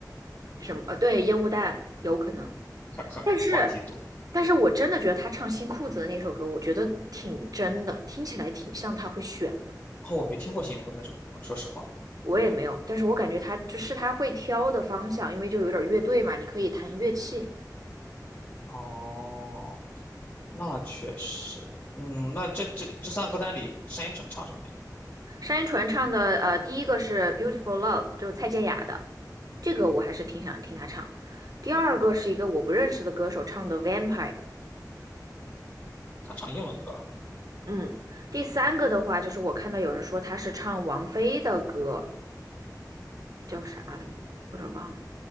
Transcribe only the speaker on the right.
什么？呃，对，烟雾弹有可能。
但是但是我真的觉得他唱《新裤子》的那首歌，我觉得挺真的，听起来挺像他会选的。
我也没有，但是我感觉他就是他会挑的方向，因为就有点乐队嘛，你可以弹乐器。
单依纯唱的，呃，第一个是《Beautiful Love》，就是蔡健雅的，这个我还是挺想听他唱。第二个是一个我不认识的歌手唱的《Vampire》，
嗯。第三个的话，就是我看到有人说他是唱王菲的歌，叫啥来着？我有点忘了，